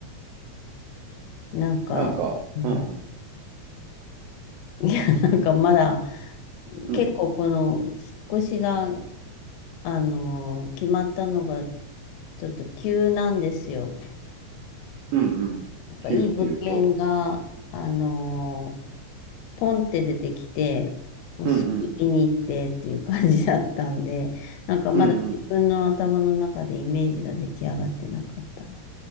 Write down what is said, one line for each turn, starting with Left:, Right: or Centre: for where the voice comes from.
Left: なんか、
Right: なんか、
Left: うん。
Right: うん、
Left: <laughs> いや、なんかまだ、
Right: うん、
Left: 結構この、引っ越しが、あの、決まったのが、ちょっと急なんですよ。
Right: うん、うん。
Left: なんかいい物件が、
Right: 急って言うと、
Left: あのーポンって出てきて、もうすぐ見に行ってっていう感じだったんで、
Right: うん、うん、
Left: なんかまだ自分の頭の中でイメージが出来上がってなかったんで、
Right: うん、うん、